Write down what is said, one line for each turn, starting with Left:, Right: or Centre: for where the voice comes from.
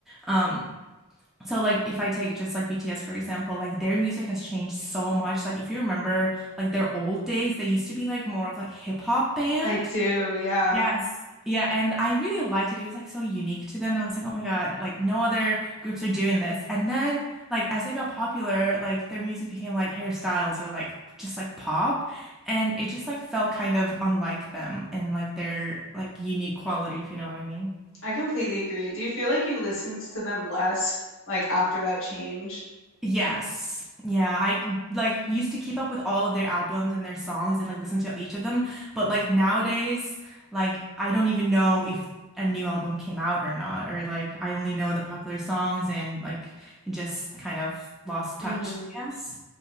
Centre: Um so like if I take just like BTS for example, like their music has changed so much. Like if you remember like their old days, they used to be like more of like hip hop band.
Left: I do, yeah.
Centre: Yes. Yeah. And I really liked it. It was like so unique to them. And I was like, oh my God, like no other groups are doing this. And then like as they got popular, like their music became like hairstyles or like just like pop. And it just like felt kind of unlike them and like their like unique quality, if you know what I mean.
Left: I completely agree. Do you feel like you listened to them less like after that change?
Centre: Yes. Yeah, I like used to keep up with all of their albums and their songs and like listen to each of them, but like nowadays, like I don't even know if a new album came out or not, or like I only know the popular songs and like just kind of lost
Left: Mhm.
Centre: touch, I guess.